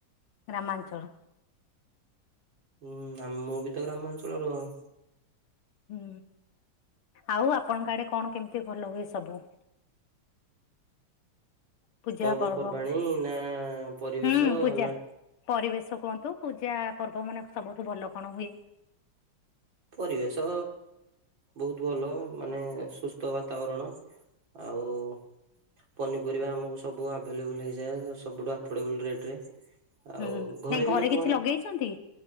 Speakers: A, on the left (about 80°); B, on the right (about 60°).
A: ଗ୍ରାମାଞ୍ଚଳରୁ।
B: ହୁଁ-ଆ- ମୁଁ ବି ତ ଗ୍ରାମାଞ୍ଚଳରୁ ଆଉ।
A: ହୁଁ -ଆଉ ଆପଣଙ୍କ ଆଡେ କଣ କେମିତି ଭଲ ହୁଏ ସବୁ? ପୂଜା
B: ପର୍ବପର୍ବାଣୀ
A: ପର୍ବ
B: ନା ପରିବେଶ
A: ହୁଁ ପୂଜା।
B: ନା
A: ପରିବେଶ କୁହନ୍ତୁ ପୂଜା ପର୍ବ ମାନେ ସବୁଠୁ ଭଲ କଣ ହୁଏ?
B: ପରିବେଶ ବହୁତ୍ ଭଲ ମାନେ ସୁସ୍ଥ ବାତାବରଣ। ଆଉ ପନିପରିବା ଆମକୁ ସବୁ ଆଭେଲେବୁଲ୍ ହେଇଯାଏ ସବୁଠୁ ଆଫୋର୍ଡେବୁଲ୍ ରେଟ୍ ରେ। ଆଉ
A: ହୁଁ
B: ଘରେ
A: ନାଇଁ
B: ବି ଲୋକମାନେ-
A: କିଛି ଲଗେଇଛନ୍ତି?